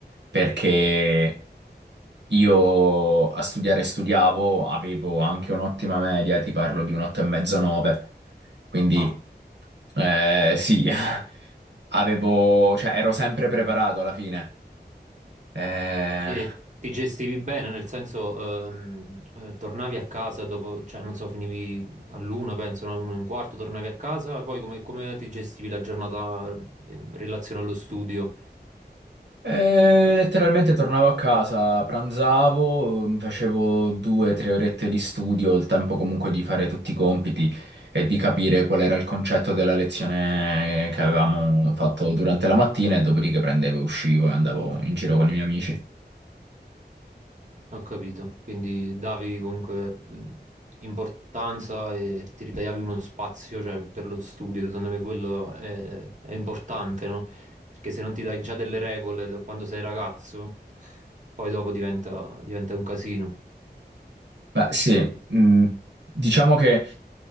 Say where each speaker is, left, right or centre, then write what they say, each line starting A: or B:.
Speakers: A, on the right; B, on the right.
A: perché io a studiare studiavo, avevo anche un'ottima media, ti parlo di un 8,5-9, quindi
B: Ah,
A: eh, sì, <laughs> avevo, cioè ero sempre preparato alla fine. Eh,
B: e ti gestivi bene, nel senso, ehm, eh, tornavi a casa dopo, cioè non so, finivi all'una, penso, no? Uno e un quarto, tornavi a casa, poi come, come ti gestivi la giornata ehm, in relazione allo studio?
A: eh, letteralmente tornavo a casa, pranzavo, mi facevo due o tre orette di studio, il tempo comunque di fare tutti i compiti e di capire qual era il concetto della lezione che avevamo fatto durante la mattina e dopodiché prendevo, e uscivo e andavo in giro con i miei amici.
B: Ho capito, quindi davi comunque l- importanza e ti ritagliavi uno spazio, cioè, per lo studio, secondo me quello è, è importante, no? Perché se non ti dai già delle regole da quando sei ragazzo, poi dopo diventa, diventa un casino.
A: Beh, sì, mh, diciamo che